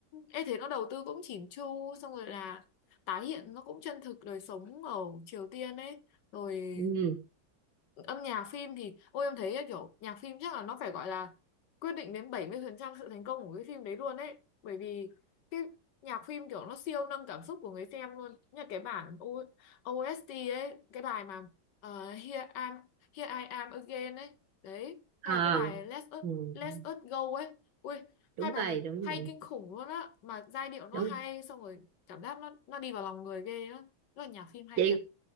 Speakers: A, on the left; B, on the right.
A: em thấy nó đầu tư cũng chỉn chu xong rồi là tái hiện nó cũng chân thực đời sống ở Triều Tiên ấy rồi
B: ừ
A: âm nhạc phim thì ôi em thấy ấy, kiểu nhạc phim chắc là nó phải gọi là quyết định đến 70% sự thành công của cái phim đấy luôn ấy bởi vì cái nhạc phim kiểu nó siêu nâng cảm xúc của người xem luôn như cái bản O- OST ấy cái bài mà ờ, Here I'm Here I Am Again ấy đấy
B: ờ
A: hay là cái bài Let Us
B: ừ.
A: Let
B: ừ,
A: Us Go ấy ui hai
B: đúng
A: bài
B: rồi
A: này
B: đúng
A: hay
B: rồi
A: kinh khủng luôn á mà giai điệu nó
B: đúng
A: hay xong rồi cảm giác nó nó đi vào lòng người ghê á nó là nhạc phim hay
B: chị
A: thật